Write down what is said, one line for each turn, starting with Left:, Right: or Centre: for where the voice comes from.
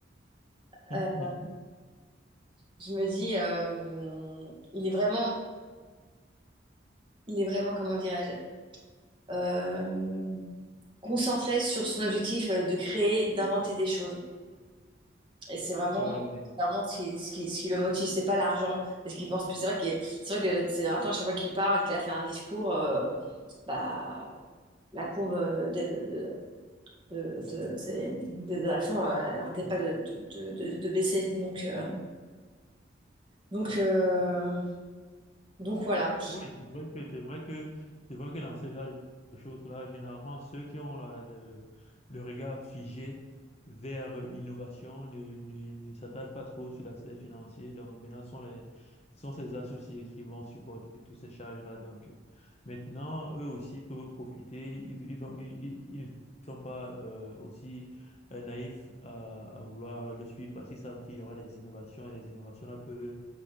Left: <laughs>
Right: euh, je me dis, euh, il est vraiment. Il est vraiment, comment dirais-je, euh, concentré sur son objectif euh, de créer, d'inventer des choses. Et c'est vraiment,
Left: Ouais, ouais.
Right: c'est vraiment ce qui, ce qui, ce qui le motive, c'est pas l'argent. Parce qu'il pense C'est vrai que c'est vrai que c'est un temps, chaque fois qu'il parle, qu'il a fait un discours, euh, bah, la courbe euh, de, de, de, de ses- des actions euh, elle n'arrêtait pas de, de, de, de- de baisser. Donc, euh, donc, euh, donc voilà.
Left: Oui, c'est vrai que c'est vrai que c'est vrai que dans ce genre de choses-là, généralement ceux qui ont la- le, le regard figé vers l'innovation ne, ne, ne s'attardent pas trop sur l'aspect financier. Donc maintenant, ce sont les ce sont ces associés qui vont supporter toutes ces charges-là. Donc euh, maintenant, eux aussi peuvent profiter. Ils, ils ont ils, ils ils ne sont pas euh, aussi euh, naïfs à, à vouloir le suivre parce qu'ils savent qu'il y aura des innovations et les innovations là peuvent